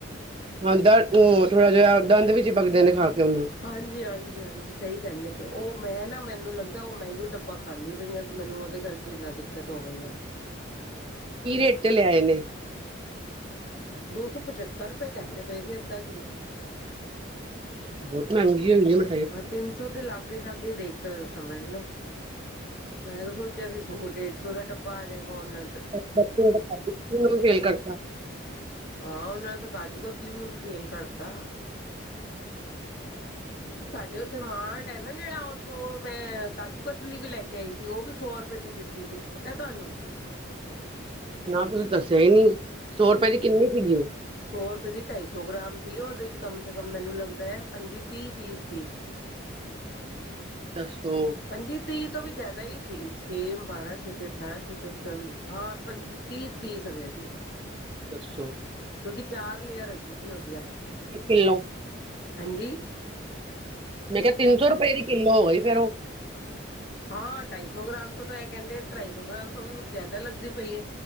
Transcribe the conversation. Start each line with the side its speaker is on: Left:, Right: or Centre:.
Right: ਹਾਂ ਦ ਉਹ ਥੋੜਾ ਜਿਹਾ ਦੰਦ ਵਿੱਚ ਹੀ ਚਿਪਕਦੇ ਨੇ ਖਾ ਕੇ ਉਹਨੂੰ
Left: ਹਾਂਜੀ ਹਾਂਜੀ ਹਾਂਜੀ ਸਹੀ ਕਹਿੰਦੇ ਪਏ ਉਹ ਮੈਂ ਨਾ ਮੈਨੂੰ ਲੱਗਦਾ ਉਹ ਮੈਂ ਹੀ ਉਹ ਡੱਬਾ ਖਾਂਦੀ ਪਈਆਂ ਤੇ ਮੈਨੂੰ ਉਹਦੇ ਕਰਕੇ ਕਿਨਾ ਦਿੱਕਤ ਹੋ ਗਈ
Right: ਕੀ ਰੇਟ ਤੇ ਲਿਆਏ ਨੇ
Left: ਦੋ ਸੌ ਪਚੱਤਰ ਰੁਪਏ ਕਹਿੰਦੇ ਪਏ ਸੀ ਅੱਧਾ ਕਿੱਲੋ
Right: ਬਹੁਤ ਮਹਿੰਗੀ ਹੋਈ ਹੈ ਮੈਂ
Left: ਹਾਂ ਤਿੰਨ ਸੌ ਤੇ ਲਾਗੇ ਸ਼ਾਗੇ ਦੇਖ ਸਮਝ ਲੋੋ ਮੈਂ ਤਾਂ ਸੋਚਿਆ ਸੀ ਸੌ ਡੇਢ ਸੌ ਦਾ ਡੱਬਾ ਆ ਜਾਏਗਾ ਉਹਨਾ
Right: <unintelligible> ਇਸ ਬਰਫ਼ੀ ਨੇ
Left: ਹਾਂ ਉਹਨਾਂ ਨੇ ਤਾਂ ਕਾਜੂ ਕਤਲੀ ਨੂੰ ਵੀ ਫੇਲ ਕਰਤਾ ਸਾਡੇ ਉੱਥੇ ਮਾਰਟ ਹੈ ਨਾ ਜਿਹੜਾ ਉੱਥੋਂ ਮੈਂ ਕਾਜੂ ਕਤਲੀ ਵੀ ਲੈ ਕੇ ਆਈ ਸੀ ਉਹ ਵੀ ਸੌ ਰੁਪਏ ਦੀ ਦਿੱਤੀ ਸੀ ਪਤਾ ਤੁਹਾਨੂੰ
Right: ਨਾ ਤੁਸੀਂ ਦੱਸਿਆ ਹੀ ਨਹੀਂ ਸੌ ਰੁਪਏ ਦੀ ਕਿੰਨੀ ਸੀਗੀ ਉਹ
Left: ਸੌ ਰੁਪਏ ਦੀ ਢਾਈ ਸੌ ਗ੍ਰਾਮ ਸੀ ਉਹਦੇ ਚ ਕਮ ਸੇ ਕਮ ਮੈਨੂੰ ਲੱਗਦਾ ਹੈ ਪੰਜੀ ਤੀਹ ਪੀਸ ਸੀ
Right: ਦੱਸੋ
Left: ਹਾਂਜੀ ਤੀਹ ਤੋਂ ਵੀ ਜ਼ਿਆਦਾ ਹੀ ਸੀ ਛੇ ਬਾਰਾਂ ਛੇਤੀ ਅਠਾਰਾਂ ਛੇ ਚੌਵੀ ਹਾਂ ਪੰ ਤੀਹ ਪੀ ਸਕੇ ਸੀ
Right: ਦੱਸੋ
Left: ਕਿਉਂਕਿ ਚਾਰ ਲੇਅਰ ਹੈਗੀ ਸੀ ਉਹਦੀਆਂ
Right: ਕਿਲੋ
Left: ਹਾਂਜੀ
Right: ਮੈਂ ਕਿਹਾ ਤਿੰਨ ਸੌ ਰੁਪਏ ਦੀ ਕਿੱਲੋ ਹੋ ਗਈ ਫੇਰ ਉਹ
Left: ਹਾਂ ਢਾਈ ਸੌ ਗ੍ਰਾਮ ਤੋਂ ਤਾਂ ਇਹ ਕਹਿੰਦੇ ਢਾਈ ਸੌ ਗ੍ਰਾਮ ਤੋਂ ਵੀ ਜ਼ਿਆਦਾ ਲੱਗਦੀ ਪਈ